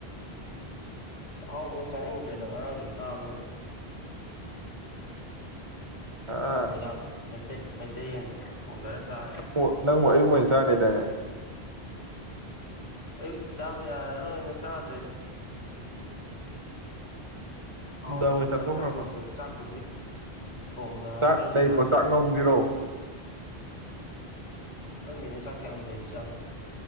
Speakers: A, on the left; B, on the right.
A: ꯆꯥꯛꯍꯥꯎꯕꯒ ꯆꯥꯅꯤꯡꯗ꯭ꯔꯗ ꯉꯔꯥꯡꯁꯨ ꯆꯥꯕꯅꯤꯅ
B: ꯑꯥ
A: ꯅꯨꯃꯤꯗꯥꯡ ꯃꯩꯇꯩ ꯃꯩꯇꯩ ꯌꯦꯟ ꯊꯣꯡꯊꯔ ꯆꯥꯔꯦ
B: ꯑꯣ ꯅꯪꯕꯨ ꯑꯌꯨꯛ ꯑꯣꯏꯅ ꯆꯥꯔꯅꯤꯗꯥꯏꯅꯦ
A: ꯑꯌꯨꯛ ꯆꯥꯕ ꯌꯥꯔꯔꯣꯏꯅ ꯆꯥꯗ꯭ꯔꯦꯗ ꯑꯍꯥꯎꯕꯗꯨ
B: ꯅꯨꯡꯗꯥꯡ ꯑꯣꯏꯅ
A: ꯈꯇꯪ
B: ꯆꯥꯊꯣꯛꯈ꯭ꯔꯕ
A: ꯆꯥꯊꯣꯛꯑꯛꯇꯣꯏ ꯆꯥꯛꯄꯨꯗꯤ ꯊꯣꯡꯅꯗ꯭ꯔꯁꯨ
B: ꯆꯥꯛ ꯂꯩ
A: ꯌꯥꯔꯅꯤ
B: ꯄꯣ ꯆꯥꯛ ꯉꯧꯁꯤꯔꯣ
A: ꯈꯪꯗꯦꯅꯦ ꯆꯥꯛ ꯀꯌꯥꯝ ꯂꯩꯔꯤꯖꯥꯠꯅꯣ